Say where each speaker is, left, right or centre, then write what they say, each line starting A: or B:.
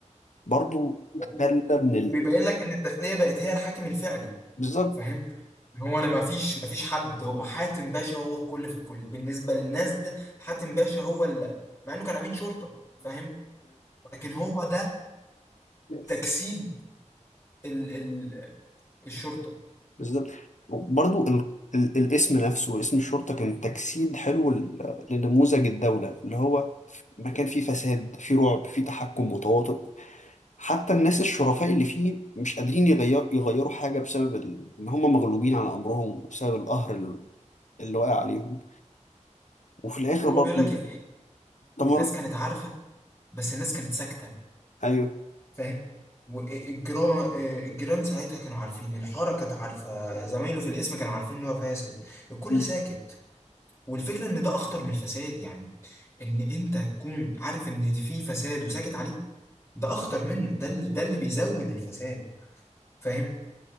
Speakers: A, on the left (about 70°); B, on the left (about 20°).
A: برضو
B: <laughs>
A: خلى من ال...
B: وبيبين لك ان الداخليه بقت هي الحاكم الفعلي
A: بالظبط
B: فاهم إن هو انا ما فيش ما فيش حد هو حاتم باشا هو الكل في الكل بالنسبه للناس ده حاتم باشا هو اللي مع انه كان امين شرطه فاهم لكن هو ده
A: ف-
B: تجسيد ال... ال... الشرطه
A: بالظبط برضو ال... ال... الاسم نفسه اسم الشرطة كان تجسيد حلو ل- لنموذج الدولة اللي هو مكان فيه فساد فيه رعب فيه تحكم متواطئ حتى الناس الشرفاء اللي فيه مش قادرين يغير... يغيروا حاجة بسبب ال... إن هم مغلوبين على أمرهم وبسبب القهر ال- اللي واقع عليهم وفي الآخر
B: ما
A: برضو
B: هو بيقول لك إن
A: تمر
B: الناس كانت عارفه بس الناس كانت ساكته
A: أيوه
B: فاهم والجيران الجيران ساعتها كانوا عارفين الحاره كانت عارفه زمايله في القسم كانوا عارفين ان هو فاسد الكل
A: مم.
B: ساكت والفكره ان ده اخطر من الفساد يعني ان انت تكون عارف ان في فساد وساكت عليه ده اخطر منه ده ال- ده اللي بيزود الفساد فاهم